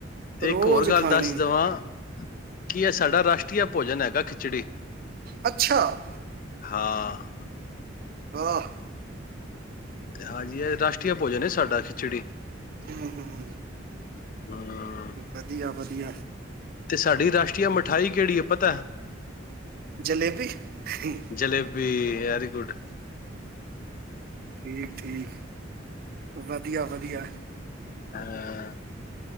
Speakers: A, on the left (about 45°); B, on the right (about 50°).
A: ਤੇ
B: ਰੋਜ਼
A: ਇੱਕ ਹੋਰ ਗੱਲ
B: ਖਾਣੀ
A: ਦੱਸ ਦੇਵਾਂ ਕੀ ਇਹ ਸਾਡਾ ਰਾਸ਼ਟਰੀਆ ਭੋਜਨ ਹੈਗਾ ਖਿਚੜੀ।
B: ਅੱਛਾ।
A: ਹਾਂ।
B: ਵਾਹ।
A: ਤੇ ਹਾਂਜੀ ਇਹ ਰਾਸ਼ਟਰੀਆ ਭੋਜਨ ਸਾਡਾ ਖਿਚੜੀ।
B: ਹੂੰ ਹੂੰ।
A: ਹਮ
B: ਵਧੀਆ ਵਧੀਆ।
A: ਤੇ ਸਾਡੀ ਰਾਸ਼ਟਰੀਆਂ ਮਿਠਾਈ ਕਿਹੜੀ ਹੈ ਪਤਾ
B: ਜਲੇਬੀ ਠੀਕ
A: ਜਲੇਬੀ। Very good.
B: ਠੀਕ ਠੀਕ ਵਧੀਆ ਵਧੀਆ
A: ਹਾਂ